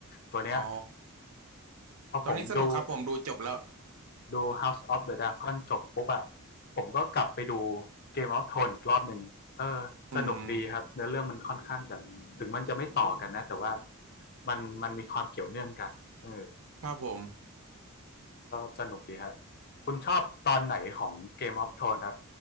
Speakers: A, on the left; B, on the right.
A: ตัวเนี้ย
B: อ๋อ
A: พอผมดู
B: ตอนนี้สนุกครับผมดูจบแล้ว
A: ดู House of the Dragon จบปุ๊บอะผมก็กลับไปดู Game of Thrones อีกรอบหนึ่งเออสนุกดีครับเนื้อเรื่องมันค่อนข้างจะถึงมันจะไม่ต่อกันนะแต่ว่า
B: อืม
A: มันมันมีความเกี่ยวเนื่องกันเออ
B: ครับผม
A: ก็สนุกดีครับคุณชอบตอนไหนของ Game of Thrones ครับ